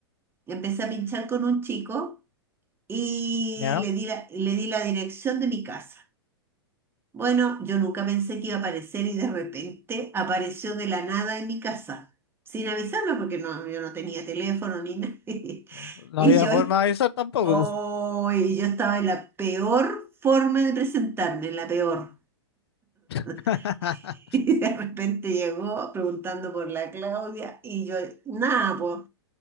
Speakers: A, on the right (about 15°); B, on the left (about 70°).
A: empecé a pinchar con un chico y
B: ¿ya?
A: le di la- le di la dirección de mi casa. Bueno, yo nunca pensé que iba a aparecer y de repente apareció de la nada en mi casa, sin avisarme porque no, yo no tenía teléfono ni nada. <laughs>
B: No, no
A: Y
B: había
A: yo,
B: forma
A: est-
B: de avisar tampoco.
A: oh, y yo estaba en la peor forma de presentarme, en la peor.
B: <laughs>
A: <laughs> Y de repente llegó preguntando por la Claudia y yo, nada, pues